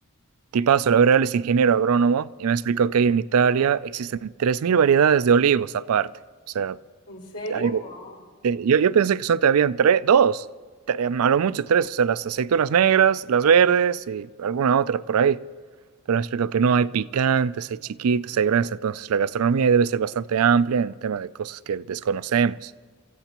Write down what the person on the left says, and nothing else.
¿En serio?
Wow.